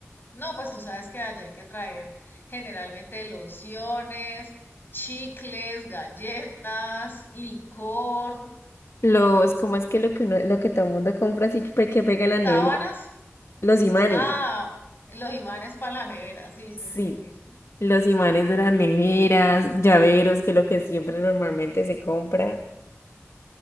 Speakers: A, on the left; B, on the left.
A: No, pues tú sabes que allá hay que traer generalmente lociones, chicles, galletas, licor,
B: Los, ¿cómo es que lo que uno, lo que todo el mundo compra así que, pe- que pega en la nevera?
A: sábanas.
B: Los imanes.
A: Ah, los imanes para la nevera. Sí, sí,
B: Sí,
A: sí, sí, sí.
B: los imanes de las neveras, llaveros, que es lo que siempre normalmente se compra.